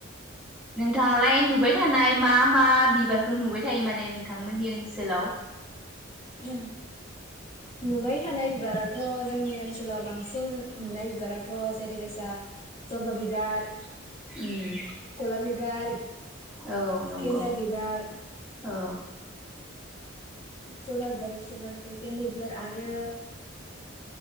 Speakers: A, in the centre; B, on the left.
A: नोंथाङालाय नुबाय थानाय मा मा बिबारखौ नुबाय थायो माने नोंथांमोननि ओनसोलाव
B: उम नुबाय थानाय बिबाराथ' जोंनि ओनसोलाव बांसिन बांसिन नुनाय बिबाराथ' जेरैबाय दा जबा बिबार
A: उम
B: गलाब बिबार
A: औ नंगौ
B: गेन्दा बिबार
A: औ
B: जबा बिबार <unintelligible> गेनदा बिबार आरो